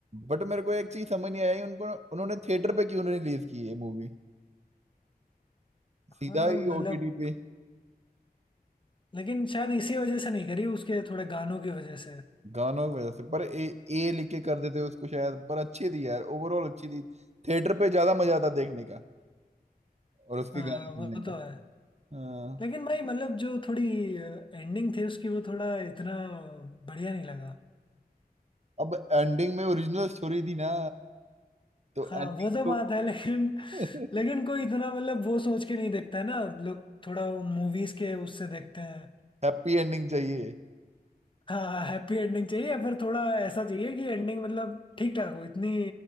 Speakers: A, on the right; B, on the left.
A: बट मेरे को एक चीज समझ नहीं आई उनको उन्होंने थिएटर पे क्यों नहीं रिलीज की ये मूवी
B: हाँ
A: सीधा ही
B: मतलब
A: ओटीटी पे
B: लेकिन शायद इसी वजह से नहीं करी उसके थोड़े गानों की वजह से
A: गानों की वजह से पर ए ए लिख के कर देते उसको शायद पर अच्छी थी यार ओवरऑल अच्छी थी थिएटर पे ज्यादा मजा आता देखने का और उसके
B: हाँ
A: गाने सुनने
B: वो
A: का
B: तो है
A: हाँ
B: लेकिन भाई मतलब जो थोड़ी एंडिंग थी उसकी वो थोड़ा इतना बढ़िया नहीं लगा
A: अब एंडिंग में ओरिजिनल स्टोरी थी ना तो
B: हाँ
A: एंडिंग
B: वो तो बात
A: तो
B: है लेकिन
A: <laughs>
B: लेकिन कोई इतना मतलब वो सोच के नहीं देखता है ना लोग थोड़ा वो मूवीज के उससे देखते हैं
A: हैप्पी एंडिंग चाहिए
B: हाँ हैप्पी एंडिंग चाहिए या फिर थोड़ा ऐसा चाहिए कि एंडिंग मतलब ठीक ठाक हो इतनी